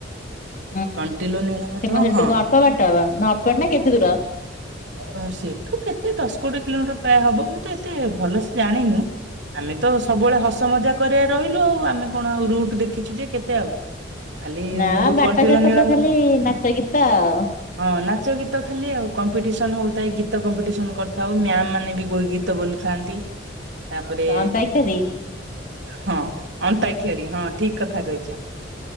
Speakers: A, on the left; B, on the right.
A: ହୁଁ ସେ
B: କଣ୍ଟିଲୋ ନୀଳମାଧବ
A: ସେଠୁ
B: ହଁ
A: ଅଳ୍ପ ବାଟ ହ ନା ଅଳ୍ପ ବାଟ ନା କେତେ ଦୂର?
B: ଅ ସେଇଠୁ କେତେ ଦଶ କୋଡିଏ କିଲୋମିଟର ପ୍ରାୟ ହବ ମୁଁ ତ ଏତେ ଭଲସେ ଜାଣିନି ଆମେ ତ ସବୁବେଳେ ହସ ମଜା କରିବାରେ ରହିଲୁ ଆଉ। ଆମେ କଣ ଆଉ ରୁଟ ଦେଖିଛୁ ଯେ କେତେ ଆଉ। ଖାଲି
A: ନା
B: ସେଠୁ
A: ବାଟ
B: କଣ୍ଟିଲୋ
A: ଯାକ
B: ନୀଳମାଧ
A: ତ ଖାଲି ନାଚ ଗୀତ ଆଉ।
B: ହଁ ନାଚ ଗୀତ ଖାଲି ଆଉ କ କମ୍ପିଟିସନ ହଉଥାଇ ଗୀତ କମ୍ପିଟିସନ କରିଥାଉ ମ୍ୟାମ ମାନେ ବି ଗୀତ ବୋଲୁଥାନ୍ତି। ତାପରେ
A: ଅନ୍ତାକ୍ଷରୀ
B: ହଁ ଅନ୍ତାକ୍ଷରୀ ହଁ ଠିକ କଥା କହିଛ।